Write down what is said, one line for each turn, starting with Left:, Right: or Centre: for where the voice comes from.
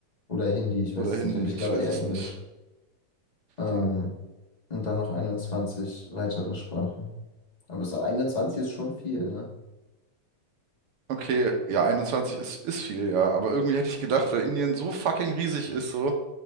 Left: Oder Hindi, ich
Right: Oder
Left: weiß es
Right: Hindi,
Left: nicht, aber ich
Right: ich
Left: glaube
Right: weiß
Left: eher
Right: es
Left: Englisch.
Right: nicht.
Left: Ähm,
Right: Digga.
Left: und dann noch 21 weitere Sprachen. Aber so 21 ist schon viel, ne?
Right: Okay, ja, 21 ist, ist viel, ja. Aber irgendwie hätte ich gedacht, weil Indien so fucking riesig ist so